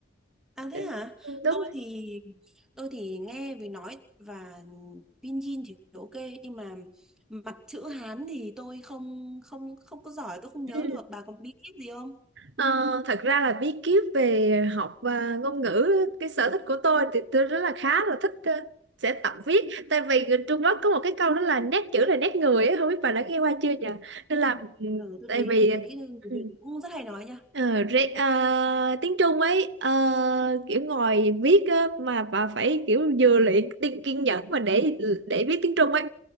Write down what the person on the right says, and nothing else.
Ừ,
đúng
rồi.
Ừ.
Ờ, thật ra là bí kíp về học và ngôn ngữ cái sở thích của tôi thì tôi rất là khá là thích ờ, sẽ tập viết tại vì người Trung Quốc có một cái câu đó là nét chữ là nét người ấy không biết bà đã nghe qua chưa nhỉ nên là ừ,
tại
vì
ừ.
Ờ, rê- ờ, tiếng Trung ấy ờ, kiểu ngồi viết á, mà bà phải kiểu vừa luyện tiên kiên nhẫn mà để để viết tiếng Trung ấy